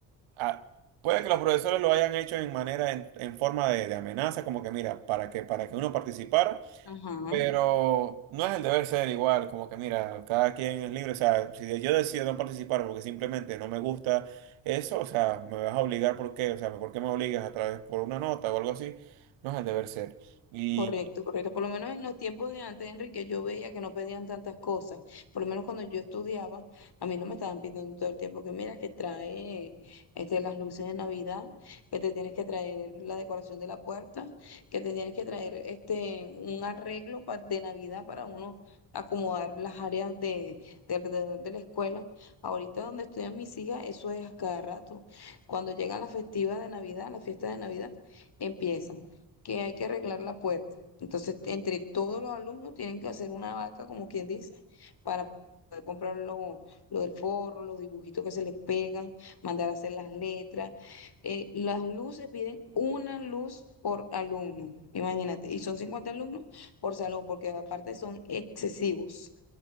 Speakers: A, on the right; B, on the left.
A: a- puede que los profesores lo hayan hecho en manera, en, en forma de, de amenaza, como que, mira, para que, para que uno participara.
B: Ajá,
A: Pero no es el deber ser igual, como que mira, cada quien es libre, o sea, si de- yo decido no participar porque simplemente no me gusta eso, o sea, me vas a obligar, ¿por qué? O sea, ¿por qué me obligas a través por una nota o algo así? No es el deber ser. Y
B: correcto, correcto. Por lo menos en los tiempos de antes, Enrique, yo veía que no pedían tantas cosas. Por lo menos cuando yo estudiaba, a mí no me estaban pidiendo todo el tiempo que mira, que trae este, las luces de Navidad, que te tienes que traer la decoración de la puerta, que te tienes que traer este, un arreglo pa- de Navidad para uno acomodar las áreas de, de alrededor de la escuela. Ahorita donde estudian mis hijas, eso es a cada rato. Cuando llegan las festivas de Navidad, las fiestas de Navidad, empiezan. que hay que arreglar la puerta. Entonces, entre todos los alumnos tienen que hacer una vaca, como quien dice, para poder comprar lo, lo del forro, los dibujitos que se les pegan, mandar a hacer las letras. Eh, las luces piden una luz por alumno, imagínate, y son 50 alumnos por salón, porque aparte son excesivos.